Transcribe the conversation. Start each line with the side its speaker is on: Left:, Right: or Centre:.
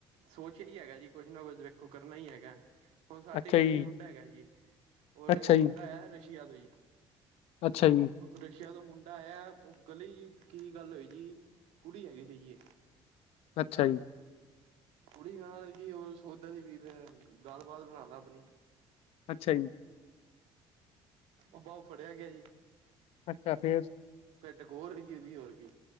Right: ਸੋਚੀ ਲੇਆ ਏ ਜੀ ਕੁਛ ਨਾ ਕੁਛ ਤਾਂ ਵੇਖੋ ਕਰਨਾ ਈ ਹੈਗੈ। ਹੋਨ ਸਾਡੀ
Left: ਅੱਛਾ
Right: ਗਲੀ
Left: ਜੀ
Right: ਚ ਮੁੰਡਾ ਹੈਗੈ ਜੀ, ਓਰ
Left: ਅੱਛਾ ਜੀ
Right: ਮੁੰਡਾ ਹੈ ਰਸ਼ੀਆ ਤੋਂ ਜੀ।
Left: ਅੱਛਾ ਜੀ।
Right: ਰਸ਼ਿਆ ਦਾ ਮੁੰਡਾ ਆਇਆ, ਉਹ ਗਲੀ, ਕੀ ਗੱਲ ਹੋਈ ਜੀ, ਕੁੜੀ ਹੈਗੀ ਸੀ ਜੀ।
Left: ਅੱਛਾ ਜੀ।
Right: ਕੁੜੀ ਨਾਲ ਕੀ ਹੋ ਸੋਦਾ ਦੀ ਵੀ, ਮੈਂ ਗੱਲਬਾਤ ਬਣਾ ਲੈ ਆਪਣੀ।
Left: ਅੱਛਾ ਜੀ।
Right: ਉਹਦਾ, ਉਹ ਫੜਿਆ ਗਿਆ ਜੀ
Left: ਅੱਛਾ ਫੇਰ।
Right: ਫਿਰਟਕ ਹੋਰ ਰਹੀ ਉਹਦੀ ਹੋਰ ਕੀ